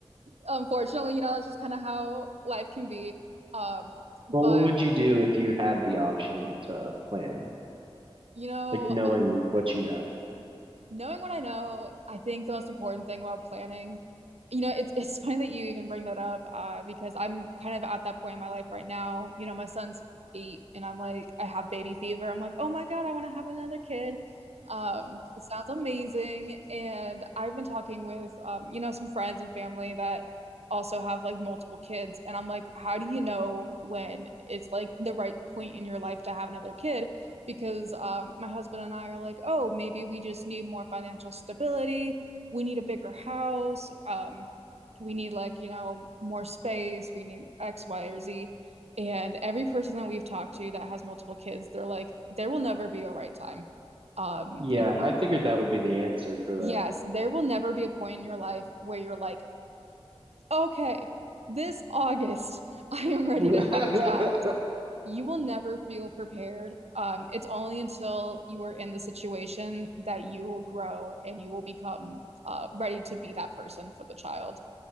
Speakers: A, on the right (about 90°); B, on the right (about 55°).
A: unfortunately, you know, that's just kind of how life can be. Um, but
B: well, what would you do if you had the option to plan,
A: you know,
B: like knowing what you know?
A: knowing what I know, I think the most important thing about planning, you know, it's it's funny that you even bring that up, uh, because I'm kind of at that point in my life right now. You know, my son's eight, and I'm like, I have baby fever. I'm like, oh my God, I want to have another kid. Um, it sounds amazing, and I've been talking with, um, you know, some friends and family that also have like multiple kids, and I'm like, how do you know when it's like the right point in your life to have another kid? because um, my husband and I are like, oh, maybe we just need more financial stability. We need a bigger house. Um, we need, like, you know, more space. We need X, Y, or Z. And every person that we've talked to that has multiple kids, they're like, there will never be a right time. Um,
B: Yeah,
A: you,
B: I figured that would be the answer for
A: yes, there will never be a point in your life where you're like, okay, this August, <laughs> I am ready
B: that.
A: to have a child
B: <laughs>
A: you will never feel prepared. Um, it's only until you are in the situation that you will grow and you will become uh, ready to be that person for the child.